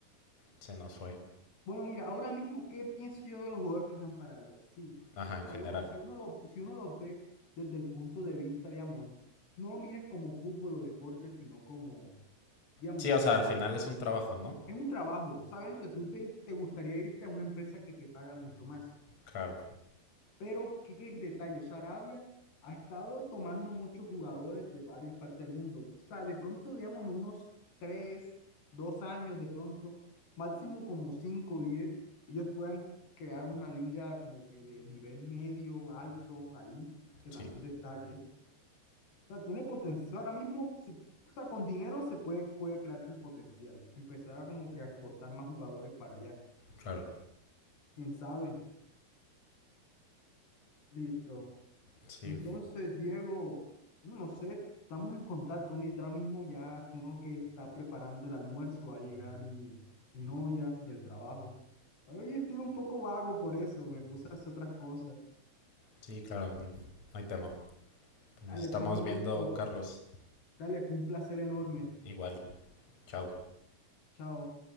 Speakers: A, on the left (about 40°); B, on the left (about 90°).
A: se nos fue,
B: Bueno, mira, ahora mismo, ¿qué pienso yo de los jugadores que están para Arabia? Sí.
A: ajá, en
B: O sea,
A: general.
B: bueno, si uno lo, si uno los ve desde el punto de vista, digamos, no lo mires como fútbol o deporte, sino como, digamos,
A: Sí, o sea, al final es un trabajo, ¿no?
B: es un trabajo. Obviamente, tú te, te gustaría irte a una empresa que te paga mucho más.
A: Claro,
B: Pero, ¿qué es el detalle? O sea, Arabia ha estado tomando muchos jugadores de varias partes del mundo. O sea, de pronto, digamos, en unos tres, dos años, de pronto, máximo como cinco o diez, ellos puedan crear una liga como que de nivel medio, alto, ahí, que
A: sí,
B: también destaque. O sea, tiene potencial. Ahora mismo, si, o sea, con dinero se puede, puede crearse el potencial. Empezar a como que a exportar más jugadores para allá.
A: claro,
B: ¿Quién sabe? Listo.
A: sí,
B: Entonces, Diego, bueno, no sé, estamos en contacto. Mira, ahora mismo ya tengo que estar preparando el almuerzo. Va a llegar mi, mi novia del trabajo. Oye, estoy un poco vago por eso. Me puse a hacer otras cosas.
A: sí, claro, mm, no hay tema. Pues nos
B: Dale,
A: estamos
B: todo
A: viendo,
B: listo.
A: Carlos,
B: Dale, fue un placer enorme.
A: igual, chao.
B: Chao.